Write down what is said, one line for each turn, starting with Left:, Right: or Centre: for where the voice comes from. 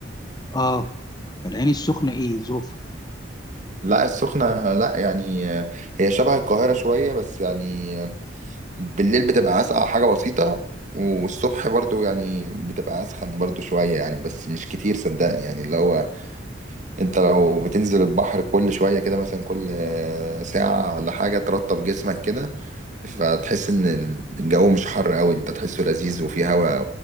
Left: اه فالعين السخنة ايه ظروفها
Right: لا السخنة لا يعني هي شبه القاهرة شوية بس يعني بالليل بتبقى اسقع حاجة بسيطة والصبح برضو يعني بتبقى اسخن برضو شوية يعني بس مش كتير صدقني يعني اللي هو انت لو بتنزل البحر كل شوية كده مثلا كل آه، ساعة ولا حاجة ترطب جسمك كده فتحس ان الجو مش حر قوي انت تحسه لذيذ وفيه هوا